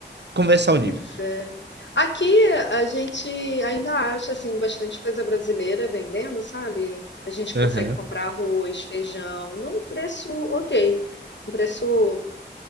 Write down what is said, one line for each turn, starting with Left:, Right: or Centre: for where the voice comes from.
Right: conversar o nível.
Left: Pois é. Aqui a gente ainda acha assim bastante coisa brasileira vendendo, sabe? A gente consegue
Right: Aham.
Left: comprar arroz, feijão, num preço ok, um preço